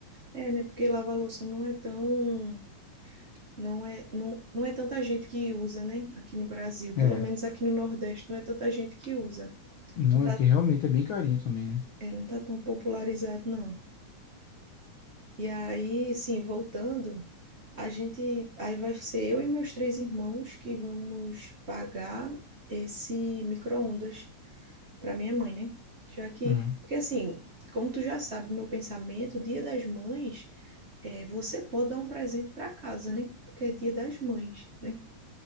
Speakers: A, on the right; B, on the left.
A: É, né? Porque lavar louça não é tão, não é, não, não é tanta gente que usa, né? Aqui no Brasil, pelo
B: É,
A: menos aqui no Nordeste, não é tanta gente que usa.
B: não
A: Não tá,
B: é porque realmente é bem carinho também, né?
A: é, não tá tão popularizado, não. E aí, assim, voltando, a gente, aí vai ser eu e meus três irmãos que vamos pagar esse micro-ondas para minha mãe, né? Já que,
B: Hum,
A: porque assim, como tu já sabe, meu pensamento, Dia das Mães, é, você pode dar um presente para casa, né? Porque é Dia das Mães, né?